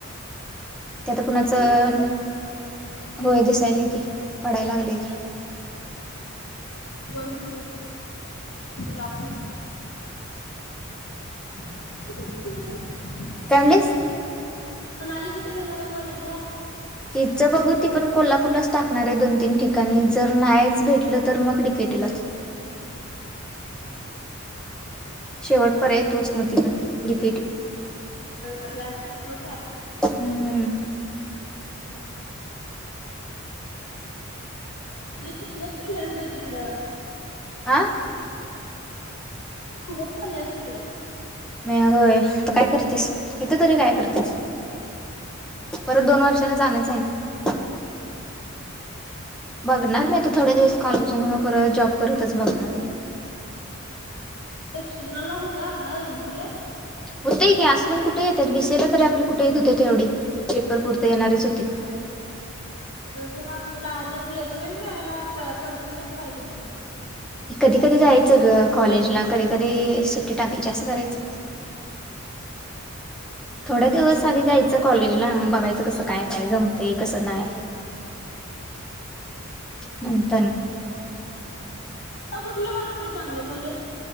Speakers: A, in the centre; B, on the left (about 75°).
A: त्यात कुणाचं. होय दिसायला की पडायला लागलेय की.
B: त बंद केले लॉकडन. प्रनाली कुठे घेणार आहे
A: काय म्हणलीस
B: प्रनाली कुठे घेणार आहे कॉलेज ला.
A: तिचं बघू ती पण कोल्हापूरलाच टाकणार आहे दोन तीन ठिकाणी जर नाहीच भेटलं तर मग डी के टी टी लाच
B: ह
A: शेवट पर्याय तोच ती म्हटली डीकेटी
B: होय सगळ्यांनी तोच आहे.
A: हम्म
B: येतो हे केल्यास बाई तिकडं.
A: आह
B: फुगत चालल्यास तिकडं.
A: मी होय काय करतेस इथे तरी काय करतेस. परत दोन वर्षाना जाणचं आहे ना. बघणार मी आता थोडे दिवस कॉलेजनी म. पर जॉब करतच बघणार.
B: एक्सटर्नल ला होतय आपला एमसी ए.
A: होत की अस पण कुठे येतात बीस एला तरी आपले कुठे येत होत तेवढी पेपर पुरे येणारच होती.
B: <unintelligible> खरं आपल्याला ते प्लेसमेंट मिळायला पर्सेंटेज पाहिजेत की.
A: कधी
B: जास्त
A: कधी जायचं कॉलेजला कधी कधी सुट्टी टाकायची असं करायचं.
B: तुला
A: थोड्या दिवस आधी जायचं कॉलेज. ला बघायचं कसं काय काय जमतंय कसं नाहीय. म्हणता ना.
B: मला कुठलं वाटतय चांगलं कॉलेज